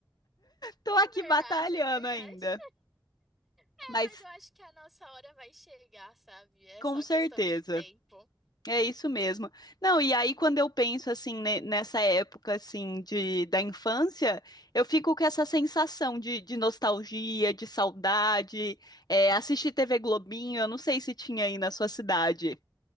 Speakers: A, on the left (about 65°); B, in the centre.
A: Tô aqui
B: É
A: batalhando
B: Verdade, é verdade.
A: ainda.
B: É,
A: Mas
B: Mas eu acho que a nossa hora vai chegar, sabe? É
A: com
B: só
A: certeza.
B: questão de tempo.
A: É isso mesmo. Não, e aí quando eu penso assim ne- nessa época assim de da infância, eu fico com essa sensação de, de nostalgia, de saudade. É, assistir TV Globinho, eu não sei se tinha aí na sua cidade,